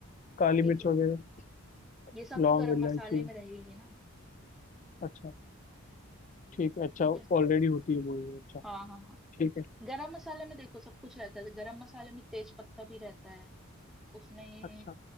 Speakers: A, on the left; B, in the centre.
A: काली
B: ठीक
A: मिर्च
B: है
A: वगैरह
B: ये सब
A: लौंग
B: तो गरम
A: इलायची
B: मसाले में रहेगी ना
A: अच्छा ठीक है अच्छा
B: ठीक है
A: ऑलरेडी होती है वो ही, अच्छा
B: हाँ हाँ हाँ
A: ठीक है
B: गरम मसाले में देखो सब कुछ रहता है गरम मसाले में तेज पत्ता भी रहता है उसमें
A: अच्छा